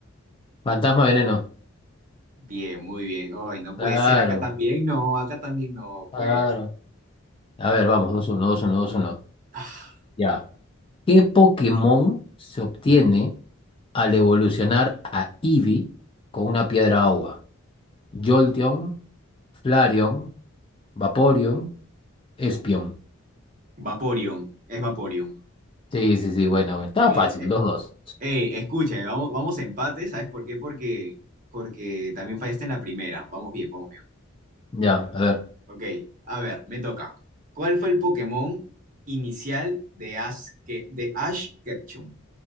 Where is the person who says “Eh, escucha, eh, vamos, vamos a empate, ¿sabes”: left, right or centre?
Right